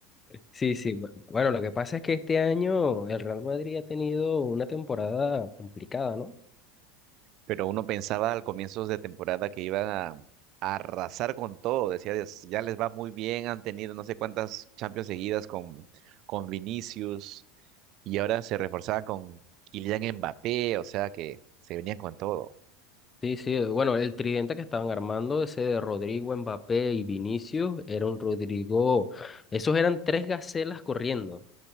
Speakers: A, on the left (about 20°); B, on the right (about 50°).
A: Sí, sí. bu- Bueno, lo que pasa es que este año el Real Madrid ha tenido una temporada complicada, ¿no?
B: Pero uno pensaba al comienzo de temporada que iban a, a arrasar con todo. Decía, "Dios, ya les va muy bien, han tenido no sé cuántas Champions seguidas con, con Vinicius. Y ahora se reforzaban con Kylian Mbappé, o sea que se venían con todo.
A: Sí, sí. Bueno, el tridente que estaban armando, ese de Rodrigo, Mbappé y Vinicius, era un Rodrigo... Esos eran tres gacelas corriendo,